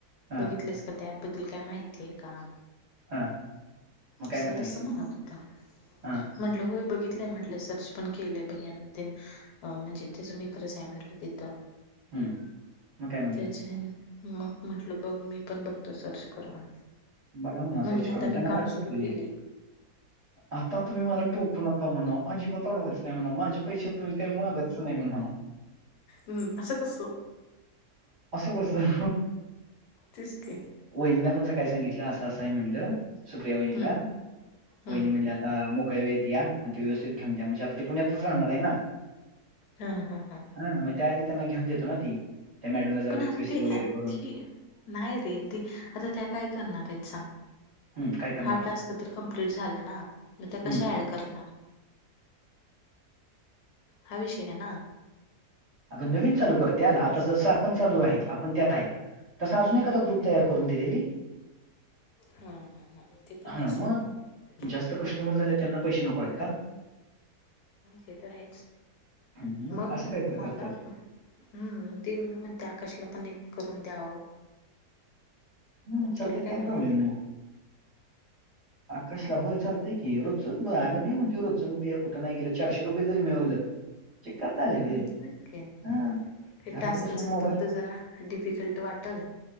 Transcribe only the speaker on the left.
बघितलंस का? त्या ॲप बद्दल काय माहितीय का?
असं
तसं म्हणत हूतं.
म्हटलं होय बघितलंय म्हटलं, सर्च पण केलंय भैयान तन, अ म्हणजे त्याच्या मी मित्रच हाय म्हणलं तिथं,
त्याच्या हेनं मग म्हटलं बघ मी पण बघतो सर्च करून.
म्हटलं
आता
मी काम
सुरू
केलय
हम्म, असं कसं
तेच की.
हम्म हम्म
हा हा हा.
पण
आता ते
ती नाही रे ती, आता त्या काय करणार हायत सांग.
हा टास्क तर कंम्पलीट झाला ना, मग त्या कश्या
अँड करणार, हा विषय आहे ना.
हम्म
हा हा हा, ते पण
हायच सोड.
ते तर हायच,
मग
मला
हम्म, ती नीलू म्हणत्या आकाशला पण एक करून द्यावं.
तुला
म्हणायचं
हम्म
होच की
हे
टास्कच
फक्त जरा, डिफिकल्ट वाटल.